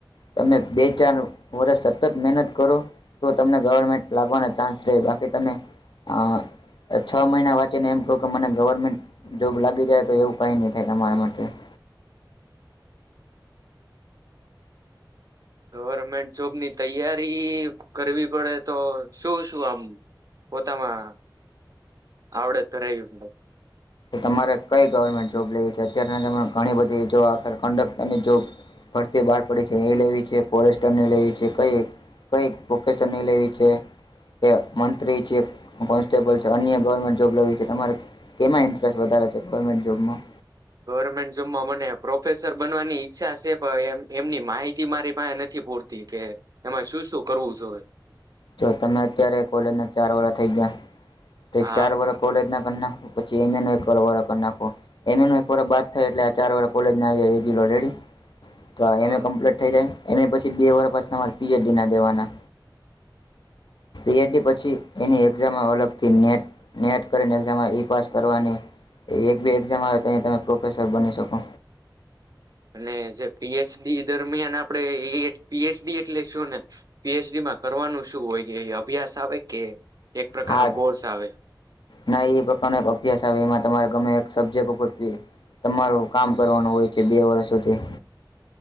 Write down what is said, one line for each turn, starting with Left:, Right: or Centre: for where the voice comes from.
Left: તમે બેચનું. વર્ષ સતત મહેનત કરો તો તમને ગવર્મેન્ટ લાગવાના ચાન્સ રહે બાકી તમે હા. છ મહિના વાંચીને એમ કહું કે મને ગવર્મેન્ટ જોબ લાગી જાય તો એવું કઈ નહી થાય તમારા માટે. <inaudible>
Right: ગવર્મેન્ટ જોબ ની તૈયારી કરવી પડે તો શું શું આમ પોતામાં આવડત ધરાવી પડે
Left: તમારે કઈ ગવર્મેન્ટ જોબ લઈ? જે અત્યારના જમા ઘણી બધી જો આખ કંડક્ટરની જો. ફરતે બહાર પડે છે એ લેવી છે ફોરેસ્ટરને લેવી છે કઈ કઈ પ્રોફેેશર નહી લેવી છે. કે મંત્રી છે કોન્સ્ટેબલ છે અન્ય ગવર્મેન્ટ જોબ લેવી છે તમારે કેમાં ઇન્ટરેસ્ટ વધારે છે ગવર્મેન્ટ જોબમાં.
Right: ગવર્મેન્ટ જોબમાં મને પ્રોફેસર બનવાની ઈચ્છા છે પણ એ એમની માહિતી મારી પાસે નથી પૂરતી કે એમાં શું શું કરવું જો હોઈએ.
Left: જો તમે અત્યારે કોલેજના ચાર વાડા થઈ ગયા તો
Right: હા
Left: ચાર વડા કોલેજના પછ એક નાખ એમ ન એક વાર બાદ થાય એટલે આ ચાર વાર કોલેજ આવીાય રેગ્યુલર ઘરેડી. તો
Right: હા
Left: એમએ કમ્પ્લીટ થઈ જાય એમ એ પછી બે વાર પાછ તમારે પીએચડી ના દેવાના <inaudible> પીએચડી પછી એની એક્ઝામમાં અલગથી ને નેટ કરીને એક્ઝામમાં ઈ પાસ કરવાની એ એક બે એક્ઝામ આવે તો અહીં તમે પ્રોફેસર બની શકો.
Right: અને જે પીએચડી દરમિયાન આપડે પીએચડી એટલે શું ને પીએચડી કરવાનું શું હોય અભ્યાસ આવે કે? એક પ્રકારનો
Left: હા
Right: કોર્સ આવે
Left: ના એ પ્રકારનો એક અભ્યાસ આવે એમાં તમારે ગમે સબજેક્ટરથી તમારું કામ કરવાનું હોય છે બે વર્ષ સુધી.